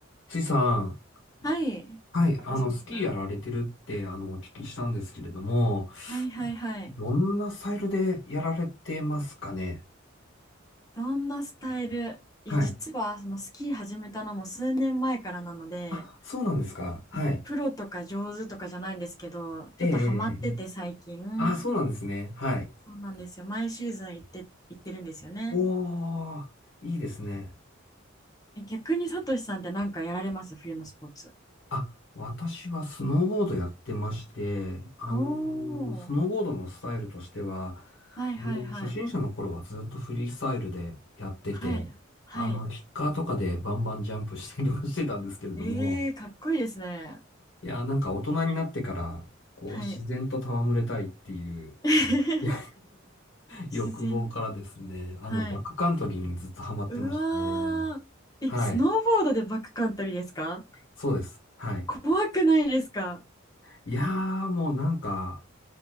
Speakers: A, on the left; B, on the left.
A: ちいさん、
B: はい。
A: はい、あの、
B: どうしましたは
A: スキーやられてるって、あの、お聞きしたんですけれども、
B: いはいはい。
A: どんなスタイルでやられてますかね
B: どんなスタイルいや、
A: はい。
B: 実はそのスキー始めたのも数年前からなので、
A: あ、そうなんですか。はい。
B: このプロとか上手とかじゃないんですけど、ちょっとハマってて最近、
A: ええ、ええ、ええ。あ、そうなんですね。はい。
B: そうなんですよ。毎シーズン行って、行ってるんですよね。
A: おー、いいですね。
B: え、逆にサトシさんって何かやられます冬のスポーツ。
A: あ、私はスノーボードやってまして、あの、
B: お
A: スノーボードのスタイルとしては、
B: ー。はいはいはい。
A: あの、初心者の頃はずっとフリースタイルでやってて、
B: はい。はい。
A: あの、キッカーとかでバンバンジャンプしたりとかしてたんですけれども、
B: えー、かっこいいですね。
A: いや、なんか大人になってから、こう、
B: はい。
A: 自然と戯れたいっていう
B: <laughs>
A: <laughs>
B: 自然。
A: 欲望からですね、
B: はい。
A: あの、バックカントリーにずっとハマってまして、
B: うわー。
A: はい、
B: え、スノーボードでバックカントリーですか
A: そうです。はい。
B: 怖くないですか
A: いやー、もうなんか、